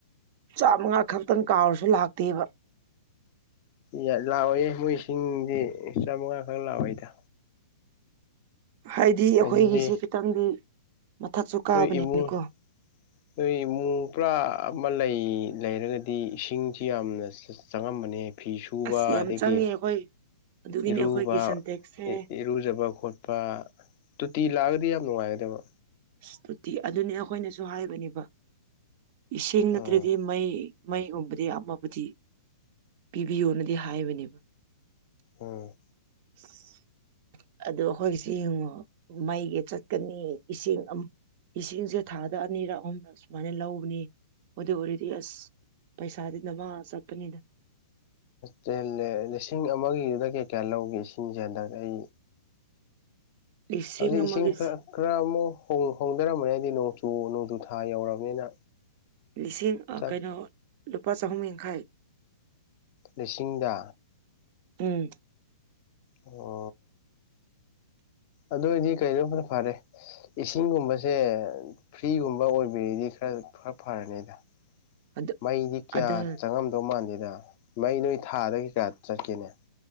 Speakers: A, on the right; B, on the left.
A: ꯆꯥꯝꯃꯉꯥ ꯈꯛꯇꯪ ꯀꯥꯎꯔꯁꯨ ꯂꯥꯛꯇꯦꯕ
B: ꯌꯦꯠ ꯂꯥꯛꯑꯣꯏꯌꯦ ꯃꯣꯏ ꯏꯁꯤꯡꯗꯤ ꯆꯥꯝꯃꯉꯥ ꯈꯛ ꯂꯥꯛꯑꯣꯏꯗ
A: ꯍꯥꯏꯗꯤ ꯑꯩꯈꯣꯏꯒꯤꯁꯤ
B: ꯑꯗꯨꯗꯤ
A: ꯈꯤꯇꯪꯗꯤ ꯃꯊꯛꯁꯨ ꯀꯥꯕꯅꯤꯅꯀꯣ
B: ꯅꯣꯏ ꯏꯕꯨꯡ ꯅꯣꯏ ꯏꯃꯨꯡ ꯄꯨꯔꯥ ꯑꯃ ꯂꯩ ꯂꯩꯔꯒꯗꯤ ꯏꯁꯤꯡꯁꯤ ꯌꯥꯝꯅ ꯆꯪꯉꯝꯕꯅꯦ ꯐꯤ ꯁꯨꯕ
A: ꯑꯁ ꯌꯥꯝ
B: ꯑꯗꯒꯤ
A: ꯆꯪꯉꯦ ꯑꯩꯈꯣꯏ ꯑꯗꯨꯒꯤꯅꯤ
B: ꯏꯔꯨꯕ
A: ꯑꯩꯈꯣꯏꯒꯤ ꯁꯟꯇꯦꯛꯁꯁꯦ
B: ꯏꯔꯨꯖꯕ ꯈꯣꯠ ꯄꯥ ꯇꯣꯇꯤ ꯂꯥꯛꯑꯒꯗꯤ ꯌꯥꯝ ꯅꯨꯡꯉꯥꯏꯒꯗꯕ
A: ꯑꯁ ꯇꯨꯇꯤ ꯑꯗꯨꯅꯤ ꯑꯩꯈꯣꯏꯅꯁꯨ ꯍꯥꯏꯕꯅꯦꯕ ꯏꯁꯤꯡ ꯅꯠꯇ꯭ꯔꯗꯤ
B: ꯎꯝ
A: ꯃꯩ ꯃꯩꯒꯨꯝꯕꯗꯤ ꯑꯃꯕꯨꯗꯤ ꯄꯤꯕꯤꯌꯣꯅꯗꯤ ꯍꯥꯏꯕꯅꯦꯕ
B: ꯎꯝ
A: <inaudible> ꯑꯗꯣ ꯑꯩꯈꯣꯏꯒꯤꯁꯦ ꯌꯦꯡꯉꯣ ꯃꯩꯒꯤ ꯆꯠꯀꯅꯤ ꯏꯁꯤꯡ ꯑꯃꯨꯛ ꯏꯁꯤꯡꯁꯦ ꯊꯥꯗ ꯑꯅꯤꯔꯛ ꯑꯍꯨꯝꯔꯛ ꯁꯨꯃꯥꯏꯅ ꯂꯧꯕꯅꯦ ꯑꯗꯨ ꯑꯣꯏꯔꯗꯤ ꯑꯁ ꯄꯩꯁꯥꯗꯤ ꯅꯃꯥ ꯆꯠꯄꯅꯤꯗ
B: ꯇꯦꯜꯂꯦ ꯂꯤꯁꯤꯡ ꯑꯃꯒꯤꯗꯨꯗꯒꯤ ꯀꯌꯥ ꯂꯧꯒꯤ ꯏꯁꯤꯡꯖꯦ ꯍꯟꯗꯛ ꯑꯩ
A: ꯂꯤꯁꯤꯡ
B: ꯍꯧꯖꯤꯛ
A: ꯑꯃꯒꯤ
B: ꯏꯁꯤꯡ ꯈꯔ ꯈꯔ ꯑꯃꯨꯛ ꯍꯣꯡ ꯍꯣꯡꯗꯔꯝꯕꯅꯤ ꯍꯥꯏꯗꯤ ꯅꯣꯡꯆꯨ ꯅꯣꯡꯖꯨꯊꯥ ꯌꯧꯔꯕꯅꯤꯅ
A: ꯂꯤꯁꯤꯡ ꯑꯥ
B: ꯆꯞ
A: ꯀꯩꯅꯣ ꯂꯨꯄꯥ ꯆꯍꯨꯝ ꯌꯥꯡꯈꯩ
B: ꯂꯤꯁꯤꯡꯗꯥ
A: ꯎꯝ
B: ꯑꯣ ꯑꯗꯨꯑꯣꯏꯗꯤ ꯀꯩꯅꯣꯐꯅ ꯐꯔꯦ ꯏꯁꯤꯡꯒꯨꯝꯕꯁꯦ ꯐ꯭ꯔꯤꯒꯨꯝꯕ ꯑꯣꯏꯕꯤꯔꯗꯤ ꯈꯔ ꯈꯔ ꯐꯔꯅꯤꯗ
A: ꯑꯗꯨ
B: ꯃꯩꯗꯤ ꯀꯌꯥ
A: ꯑꯗꯨ
B: ꯆꯪꯉꯝꯗꯧ ꯃꯥꯟꯗꯦꯗ ꯃꯩ ꯅꯣꯏ ꯊꯥꯗ ꯀꯩ ꯀꯌꯥ ꯆꯠꯀꯦꯅꯦ